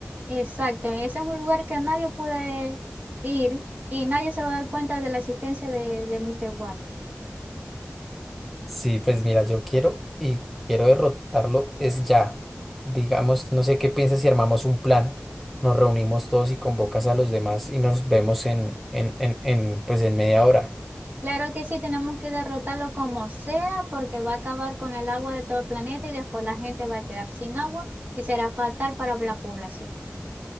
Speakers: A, on the right; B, in the centre.
A: Exacto, ese es un lugar que nadie puede ir y nadie se va a dar cuenta de la existencia de, de Mr. Water.
B: Sí, pues mira, yo quiero y quiero derrotarlo es ya. Digamos, no sé qué piensas si armamos un plan, nos reunimos todos y convocas a los demás y nos vemos en, en, en, en, pues en media hora.
A: Claro que sí, tenemos que derrotarlo como sea porque va a acabar con el agua de todo el planeta y después la gente va a quedar sin agua y será fatal para la población.